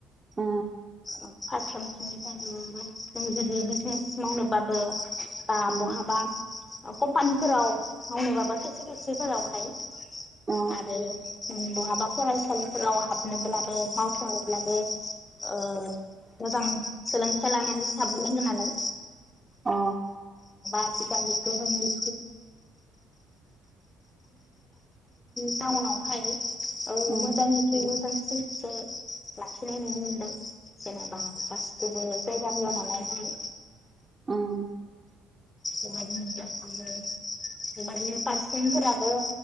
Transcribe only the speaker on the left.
ओ फारफ्रोमथिंनिफ्रायबो जों जुदि बिजनेस मावनोबाबो बा
बहाबा ओ कम्पानिफोराव मावनोबाबो खायसे खायसेफोरावहाय
आरो बहाबा फरायसालिफोराव हाबनोब्लाबो मावथ' ब्लाबो ओ मोजां सोलोंथाइ लानानैसो हाबग्रोनांगो नालाय।
<unintelligible> सुबुं ओंखारलांबाय थानायनि जाउनावहाय औ
मोजांनिख्रुइ मोजांसिनखोसो लाखिनाय नुनो मोनदों जेनेबा गासिखौबो जायगा होआ नालाय जाय <inaudible>
बेबायदिनो आरो बेबायदिनो पारसेनफोराबो